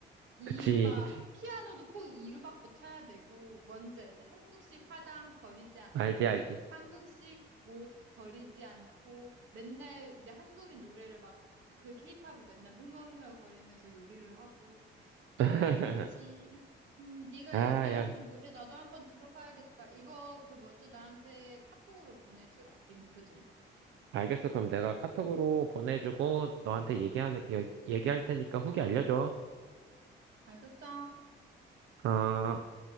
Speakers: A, on the right; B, on the right.
A: 이루마,
B: 그치, 그치.
A: 피아노도 꼭 이루막고 쳐야 되고, 먼저 이제 한국식 화장 버리지 않고,
B: 알지, 알지.
A: 한국식 옷 버리지 않고, 맨날 이제 한국인 노래를 막, 그 케이팝을 맨날 흥얼흥얼 거리면서 요리를 하고, 그러고
B: <laughs>
A: 있지. 음, 네가
B: 아,
A: 얘기한
B: 야.
A: 그 노래 나도 한번 들어봐야겠다. 이거 그 뭐지? 나한테 카톡으로 보내주라. 링크 좀.
B: 알겠어. 그럼 내가 카톡으로 보내주고 너한테 얘기하, 얘기할 테니까 후기 알려줘.
A: 알겠죠?
B: 어...